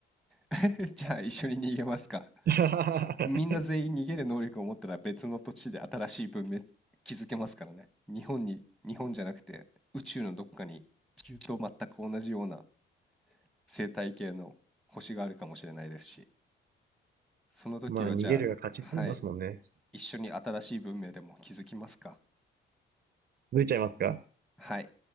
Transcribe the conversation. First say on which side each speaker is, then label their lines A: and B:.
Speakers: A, in the centre; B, on the right (about 50°).
A: <laughs> じゃあ、一緒に逃げますか。
B: <laughs>
A: みんな全員逃げる能力を持ったら別の土地で新しい文明築けますからね。日本に、日本じゃなくて宇宙のどっかに地球と全く同じような生態系の星があるかもしれないですし、その時はじゃあ、
B: まあ、逃げるが勝ちって言いますもんね。
A: はい、一緒に新しい文明でも築きますか。
B: 抜いちゃいますか
A: はい。